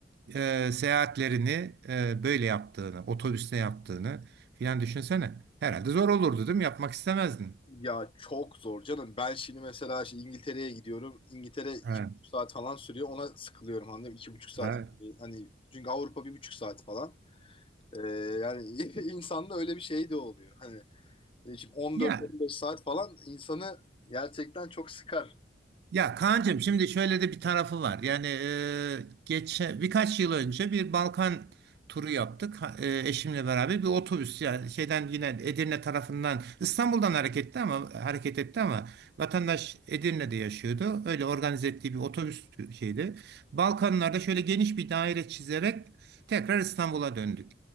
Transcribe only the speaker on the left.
ya çok zor canım. Ben şimdi mesela işte İngiltere'ye gidiyorum. İngiltere iki
buçuk saat falan sürüyor. Ona sıkılıyorum anladın mı? İki buçuk saat.
Hani çünkü Avrupa bir buçuk saat falan. Ee, yani <laughs> insanda öyle bir şey de oluyor. Hani e, şimdi 14-15
saat falan insanı gerçekten çok sıkar.